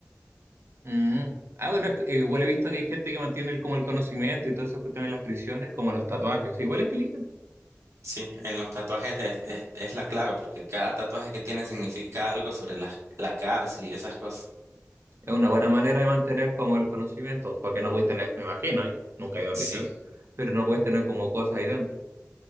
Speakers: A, on the right (about 55°); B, on the right (about 70°).
A: Mm. Ah, bueno, es que, eh, igual he visto que hay gente que mantiene el, como el conocimiento y todas esas cuestiones en las prisiones, como los tatuajes. Igual es inteligente.
B: Sí, en los tatuajes es, es- es la clave, porque cada tatuaje que tiene significa algo sobre la, la cárcel y esas cosas.
A: Es una buena manera de mantener como el conocimiento, porque no puedes tener, me imagino, ¿eh? nunca he ido a
B: Sí,
A: prisión, pero no puedes tener como cosas ahí dentro.